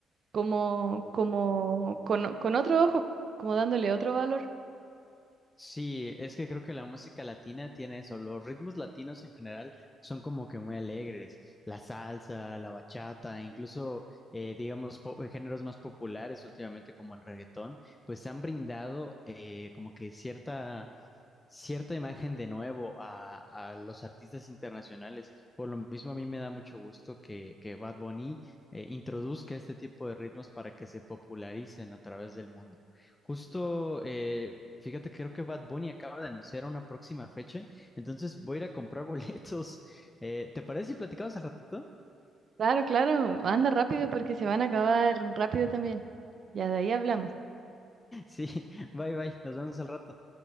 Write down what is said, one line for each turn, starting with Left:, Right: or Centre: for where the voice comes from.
Right: como, como con, con otro ojo, como dándole otro valor.
Left: Sí, es que creo que la música latina tiene eso, los ritmos latinos en general son como que muy alegres, la salsa, la bachata, incluso eh, digamos po- géneros más populares últimamente como el reggaetón, pues se han brindado eh, como que cierta cierta imagen de nuevo a, a los artistas internacionales. Por lo mismo, a mí me da mucho gusto que, que Bad Bunny eh, introduzca este tipo de ritmos para que se popularicen a través del mundo. Justo, eh, fíjate, creo que Bad Bunny acaba de anunciar una próxima fecha, entonces voy a ir a comprar <laughs> boletos. Eh, ¿te parece si platicamos al ratito? <laughs>
Right: Claro, claro, anda rápido porque se van a acabar rápido también. Ya de ahí hablamos.
Left: Sí, bye bye, nos vemos al rato.